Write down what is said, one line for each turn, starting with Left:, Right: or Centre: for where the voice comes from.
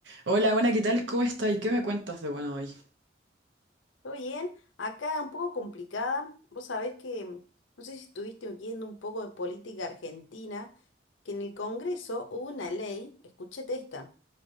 Right: Hola, buena, ¿qué tal? ¿Cómo estás? ¿Y qué me cuentas de bueno hoy?
Left: Todo bien, acá un poco complicada. Vos sabés que, mm, no sé si estuviste oyendo un poco de política argentina, que en el Congreso hubo una ley, escúchate esta,